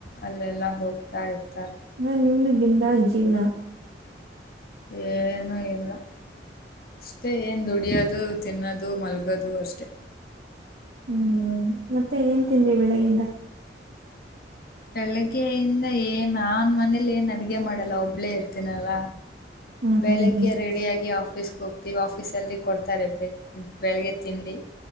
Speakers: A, on the left; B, on the right.
A: ಅಲ್ಲೆಲ್ಲ ಹೋಗ್ತಾ ಇರ್ತಾರೆ
B: ನಾ ನಿಮ್ದು ಬಿಂದಾಸ್ ಜೀವನ <inaudible>
A: ಏನೂ ಇಲ್ಲ ಅಷ್ಟೇ ಏನ್ ದುಡಿಯೋದು ತಿನ್ನೋದು ಮಲ್ಗೋದು ಅಷ್ಟೇ
B: ಹ್ಮ್ ಮತ್ತೆ ಏನ್ ತಿಂದೆ ಬೆಳಗಿಂದ
A: ಬೆಳಗ್ಗೆಯಿಂದ ಏನ್ ನಾನ್ ಮನೇಲಿ ಏನ್ ಅಡ್ಗೆ ಮಾಡಲ್ಲ ಒಬ್ಳೇ ಇರ್ತಿನಲ್ಲ
B: ಹ್ಮ್
A: ಬೆಳಗ್ಗೆ
B: ಹ್ಮ್
A: ರೆಡಿಯಾಗಿ ಆಫೀಸ್ಗೆ ಆಫೀಸ್ ಅಲ್ಲಿ ಕೊಡ್ತಾರೆ ತಿಂಡಿ ಬೆಳಿಗ್ಗೆ ತಿಂಡಿ